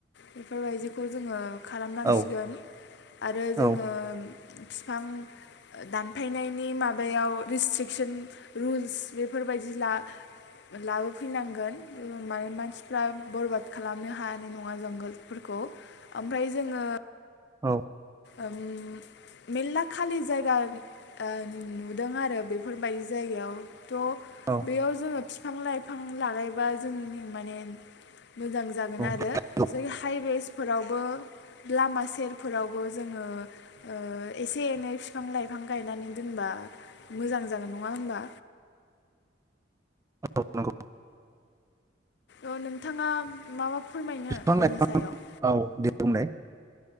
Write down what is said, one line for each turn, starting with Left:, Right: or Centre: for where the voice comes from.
Left: बेफोरबायदिखौ जोङो खालामनांसिगोन
Right: औ
Left: आरो जोङो
Right: औ
Left: बिफां दानफायनायनि माबायाव रेस्ट्रिकसन रुल्स बेफोरबायदि ला-लाबोफैनांगोन माने मानसिफ्रा बरबाद खालाम थांनो हायानि नङा जोंगोल फोरखौ ओमफ्राय जोङो
Right: औ
Left: ओम मेलला खालि जायगा ओ नुदों आरो बेफोरबायदि जायगायाव थ'
Right: औ
Left: बेयाव जों फि फां लाइफां लागायबा जोंनि माने मोजां जागोन
Right: औ
Left: आरो
Right: औ
Left: जै हाइवेस फोरावबो लामा सेरफोराव बो जोङो ओ एसे एनै बिफां लाइफां गायनानै दोनबा मोजां जागोन नङा होमबा?
Right: <unintelligible>
Left: अ नोंथाङा माबा फोरमायनो
Right: बिफां लाइफां
Left: बिनि सायाव?
Right: औ दे बुंलाय